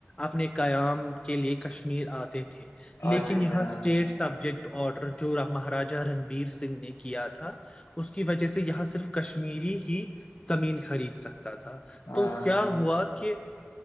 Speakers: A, on the left (about 20°); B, on the left (about 75°).
A: اپنے قیام کے لیے کشمیر آتے تھے
B: اور
A: لیکن
B: کچھ
A: یہاں
B: ہاں
A: اسٹیٹ سبجیکٹ آرڈر جو مہاراجا رنبیر سنگھ نے کیا تھا اس کی وجہ سے یہاں صرف کشمیر کشمیری ہی زمین خرید سکتا تھا
B: ہاں
A: تو کیا ہوا کہ